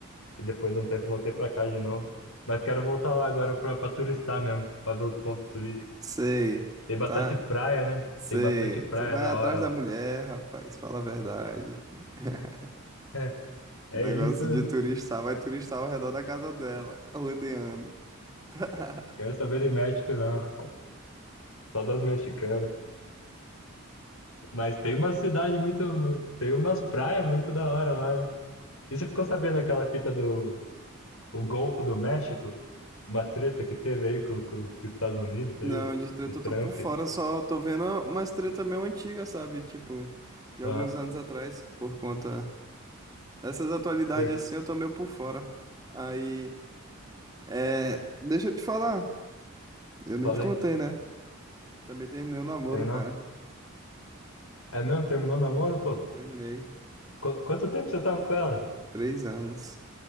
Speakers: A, on the left (about 75°); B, on the right (about 15°).
A: e depois de um tempo voltei pra cá de novo. Mas quero voltar lá agora pra, pra turistar mesmo, pra ver os pontos turísticos.
B: Sei.
A: Tem bastante
B: Tá.
A: praia, né?
B: Sei.
A: Tem bastante praia
B: Tu vai
A: da
B: atrás
A: hora lá.
B: da mulher, rapaz. Fala a verdade. <laughs>
A: É, é
B: Negócio
A: isso, né?
B: de turistar. Vai turistar ao redor da casa dela, rodeando. <laughs>
A: Quero saber de México, não. Só das mexicanas. Mas tem uma cidade muito. Tem umas praias muito da hora lá, né? E você ficou sabendo aquela fita do o Golfo do México? Uma treta que teve aí com, com, com os Estados Unidos, aí,
B: Não,
A: o,
B: de treta
A: o Trump.
B: eu tô por fora, só tô vendo umas treta meio antiga, sabe? Tipo, de
A: Ah,
B: alguns anos atrás, por conta dessas atualidades
A: porque.
B: assim, eu tô meio por fora. Aí, é, deixa eu te falar, eu nem
A: Falei,
B: te contei, né? Também terminei o namoro,
A: tem não.
B: cara.
A: É mesmo? Terminou o namoro, pô?
B: Terminei.
A: Qu- quanto tempo você tava com ela?
B: Três anos.